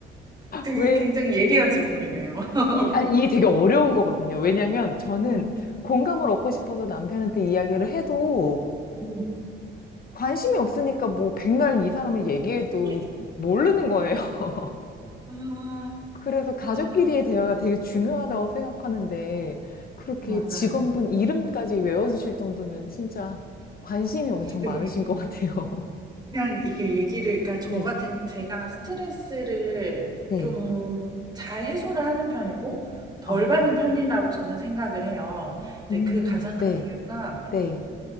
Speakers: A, on the right; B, on the left.
A: 되게
B: 왜?
A: 굉장히 예리한 질문이네요. <laughs>
B: 이, 아, 이게 되게 어려운 거거든요. 왜냐면 저는
A: 음.
B: 공감을 얻고 싶어서 남편한테 이야기를 해도
A: 음.
B: 관심이 없으니까 뭐 백날 이 사람을 얘기해도
A: 음.
B: 모르는 거예요. <laughs>
A: 아.
B: 그래서 가족끼리의
A: 아.
B: 대화가 되게 중요하다고 생각하는데 그렇게
A: 맞아요.
B: 직원분 이름까지 외워주실 정도면 진짜 관심이 엄청
A: 그-
B: 많으신 것 같아요. <laughs>
A: 그냥 이게 얘기를, 그러니까 저
B: 네.
A: 같은, 제가 스트레스를
B: 네.
A: 좀 잘 해소를 하는 편이고, 덜
B: 아,
A: 받는 편이라고 저는 생각을 해요. 근데
B: 음,
A: 그 가장
B: 네,
A: 큰 이유가,
B: 네,